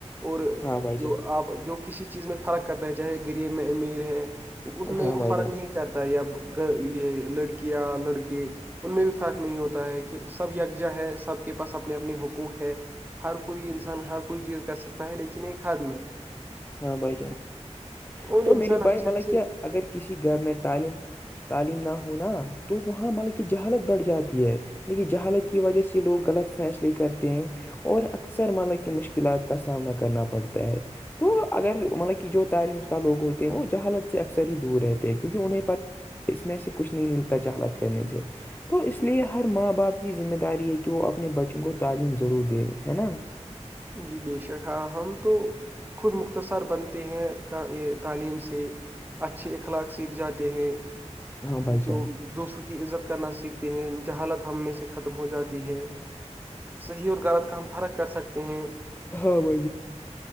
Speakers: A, on the right; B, on the left.
A: اور
B: ہاں بھائی
A: جو
B: جان
A: آپ جو کسی چیز میں فرق کرتا ہے چاہے غریب میں امیر ہے اس میں
B: ہاں
A: وہ
B: بھائی
A: فرق
B: جان
A: نہیں کرتا یا یہ لڑکیاں لڑکے ان میں بھی فرق نہیں ہوتا ہے کہ سب یکجا ہے سب کے پاس اپنے اپنے حقوق ہے ہر کوئی انسان ہر کوئی چیز کر سکتا ہے لیکن ایک حد میں
B: ہاں بھائی جان
A: اور
B: تو
A: انسان
B: میرے
A: اچھے
B: بھائی ملب
A: اچھے
B: کیا اگر کسی گھر میں تعلیم تعلیم نہ ہوناا تو وہاں مطلب کہ جہالت بڑھ جاتی ہے لیکن جہالت کی وجہ سے لوگ غلط فیصلے کرتے ہیں اور اکثر مانا کی مشکلات کا سامنا کرنا پڑتا ہے تو اگر مطلب کہ جو تعلیمیافتہ لوگ ہوتے ہیں وہ جہالت سے اکثر ہی دور رہتے ہیں کیونکہ انہیں پر اس میں سے کچھ نہیں ملتا ج حالت کرنے سے تو اس لیے ہر ماں باپ کی ذمہ داری ہے کہ وہ اپنے بچوں کو تعلیم ضرور دے ہے نا
A: جی بے شک ہاں ہم تو خود مختصر بنتے ہیں کا یہ تعلیم سے اچھے اخلاق سیکھ جاتے ہیں
B: ہاں بھائی جان
A: جو دوسروں کی عزت کرنا سیکھتے ہیں جہالت ہم میں سے ختم ہو جاتی ہے صحیح اور غلط کا ہم فرق کر سکتے ہیں
B: ہاں بھ